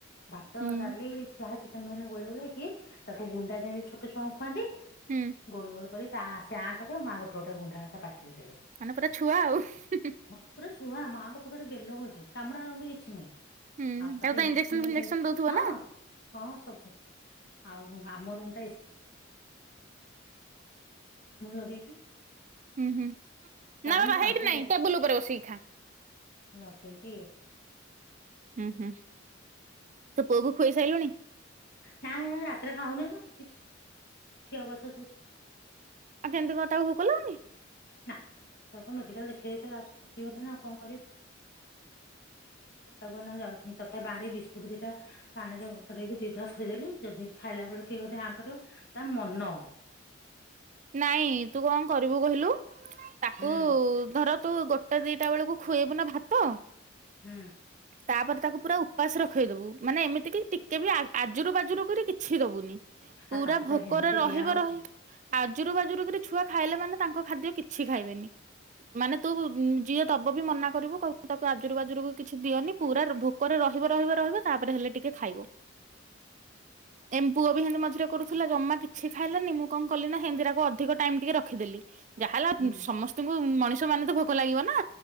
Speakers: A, on the left (about 55°); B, on the right (about 40°).
A: ଭାତ
B: ହୁଁ
A: ଡ଼ାଲି ଯାହା ଚିକେନ ଫିକେନ ଗୋଳେଇ ଗୋଳାକି ତାକୁ ଗୁଣ୍ଡା ଯେନି ଛୋଟ ଛଆଙ୍କୁ ଖୁଆନ୍ତି
B: ହୁଁ।
A: ଗୋଲ ଗୋଲ କରି ତା ଆସେ ଆଁ କରି ଆ ମାଆ ଗୋଟେ ଗୋଟେ ଗୁଣ୍ଡା ତା ପାଟିରେ ଦେବେ।
B: ମାନେ ପୁରା ଛୁଆ ଆଉ।
A: ହଁ ପୁରା ଛୁଆ ମାଆଙ୍କ ପାଖରେ ଗେଲ ହଉଛି କାମୁଡ଼ା କାମୁଡ଼ି କିଛି ନାହିଁ।
B: ହୁଁ
A: ଆଉ ତାକୁ
B: ତ
A: ଇଞ୍ଜେକ୍ସନ
B: ଫିଞ୍ଜେକ୍ସନ
A: ବି ଦେ
B: ଦଉଥିବ
A: ହଁ
B: ନା
A: ହଁ ସବୁ। ଆଉ ହ ଆମ ରୁମ୍ ଟା ଏସ୍ ଲଗେଇକି
B: ଉଁ ହୁଁ। ନ
A: ସାବୁନ
B: ବାବା
A: ସାମ୍ପୁ
B: ହେଇଠି ନାଇଁ ଟେବୁଲ ଓପରେ ବସି ଖା।
A: ଲଗେଇକି
B: ହୁଁ ହୁଁ ତୋ ପୁଅକୁ ଖୁଏଇ ସାଇଲୁଣି?
A: ନା ହେରା ରାତିରେ ଖାଉନି ତ କିଛି ଠିଆ ଅବଶେ ଶୋଉଚି।
B: ଆ କେମତି କଣ ତାକୁ ଭୋକ ଲଗୁନି?
A: ନା ତାକୁ ମେଡ଼ିକାଲ ଦେଖେଇ ଦେଖେଇ ଲାଷ୍ଟେକୁ ଥକିଗଲିଣି, ଆଉ କଣ କରିବି? ତାକୁ ଏଇନା ଯାଉତିନି ତତେ ବାଡ଼ି ବିସ୍କୁଟ ଦିଟା ପାଣିରେ ବତରେଇକି ସିଧା ଥୋଇଦେଲି ଯଦି ଖାଇଲା ବେଳେ କିଏ ଗୋଟେ ଆଁ କରିବ ତା ମନ।
B: ନାଇଁ ତୁ କଣ କରିବୁ କହିଲୁ ତାକୁ
A: ହୁଁ
B: ଧର ତୁ ଗୋଟା ଦିଟା ବେଳକୁ ଖୁଏଇବୁ ନା ଭାତ
A: ହୁଁ।
B: ତାପରେ ତାକୁ ପୁରା ଉପାସ ରଖେଇଦବୁ ମାନେ ଏମିତିକ ଟିକେ ବି ଆ ଆଜୁରୁ ବାଜୁରୁ କରି କିଛି ଦୋବୁନି। ପୁରା
A: ଆଉ ତାକୁ
B: ଭୋକରେ
A: ତ ହେମିତି
B: ରହିବ
A: ଦିଆ ହଉଛି
B: ରହି ଆଜୁରୁ ବାଜୁରୁ କରି ଛୁଆ ଖାଇଲେ ମାନେ ତାଙ୍କ ଖାଦ୍ୟ କିଛି ଖାଇବେନି। ମାନେ ତୁ ଯିଏ ଦବ ବି ମନା କରିବୁ କ ତାକୁ ଆଜୁରୁ ବାଜୁରୁକୁ କିଛି ଦିଅନି ପୁରା ଭୋ କରେ ରହିବ ରହିବ ରହିବ ତାପରେ ହେଲେ ଟିକେ ଖାଇବ। ଏମ୍ପୁଅ ବି ହେତି ମଝରେ କରୁଥିଲା ଜମା କିଛି ଖାଇଲାନି ମୁଁ କଣ କଲିନା ହେନ୍ତି ତାକୁ ଅଧିକ ଟାଇମ୍ ଟିକେ ରଖିଦେଲି ଯାହା ହେଲା
A: ହୁଁ
B: ସମସ୍ ତଙ୍କୁ ମଣିଷ ମାନେ ତ ଭୋକ ଲାଗିବ ନା।